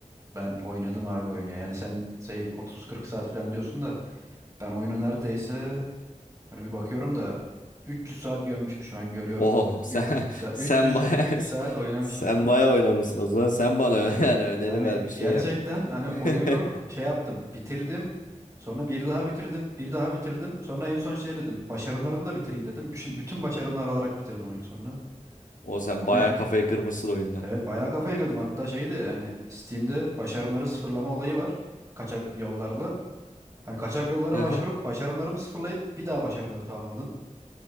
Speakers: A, on the right; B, on the left.
A: Ben oynadım abi oyunu ya. Yani sen şey 30-40 saat falan diyorsun da ben oyunu neredeyse hani bir bakıyorum da 300 saat gömmüşüm şu an görüyorum.
B: Oho <laughs> sen
A: 300 saat
B: sen
A: 323
B: baya <laughs>
A: saat oynamışım.
B: sen baya oynamışsın. O zaman sen bana <laughs> yani öneri
A: Yani
B: ver bir şey
A: gerçekten
B: yap.
A: hani
B: <laughs>
A: oyunu şey yaptım, bitirdim. Sonra bir daha bitirdim, bir daha bitirdim. Sonra en son şey dedim, başarımlarını da bitireyim dedim. Bütün, bütün başarımlar alarak bitirdim oyunu sonra.
B: O sen
A: Hani
B: baya kafayı kırmışsın oyunda.
A: evet bayağı kafaya girdim. Hatta şeydi hani Steam'de başarımları sıfırlama olayı var. Kaçak yollarla. Hani kaçak yollara
B: <laughs>
A: başvurup başarımlarımı sıfırlayıp bir daha başarımları tamamladım.